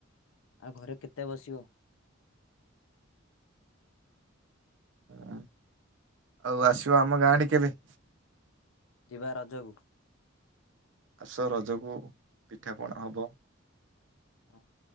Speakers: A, on the left (about 80°); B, on the right (about 65°).
A: ଆଉ ଘରେ କେତେ ବସିବ।
B: ହୁଁ ଆଉ ଆସିବ ଆମ ଗାଁ ଟ କେେ ବି
A: ଯିବା ରଜକୁ
B: ଆାସ ରଜକୁ ପିଠାପଣା ହବ।
A: ହଁ।